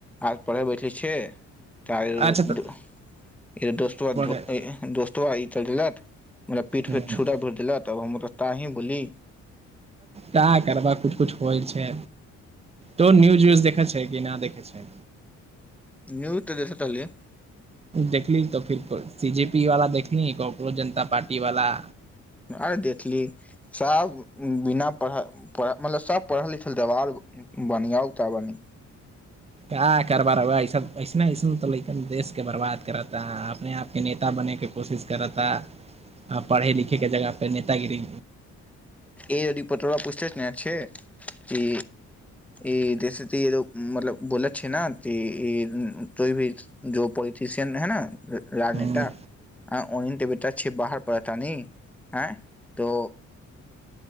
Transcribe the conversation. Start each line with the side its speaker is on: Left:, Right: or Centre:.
Centre: आर पढ़े बैठले छ त
Right: अच्छा तऽ
Centre: दोस्तो
Right: पढ़े
Centre: दोस्तो चल लात ओरा पीठ
Right: ह
Centre: पे छूरा भर देलक तब हम रस्ता ही बोली
Right: ता करबा किुछु किुछु होइ छै तो न्यूज उूज देखै छै कि नहि देखै छै
Centre: न्यू तऽ देसतलियै
Right: देखली त फि सीजे पी वाला देखली जनता पार्टी वाला
Centre: आरे देखली सभ बिना पढ़ मतलब सब पढ़ल लिखल देबर बनिआउ तऽ बनी
Right: क करबारा ऐस ऐसने ऐसन तऽ लेक देश के बर्बाद करता है अपने आपके नेता बनेके कोशिश करता आ पढ़े लिखे के जगह पे नेतागिरी
Centre: ए अजी पत्रर पूछते ने य छै कि ई तस ती मतलब बोलत छै ने त ई त भी जो पोलिटशियन है ने राजनेता
Right: ह ह
Centre: आ ओनले बेटा छै बाहर परतनी हँ तो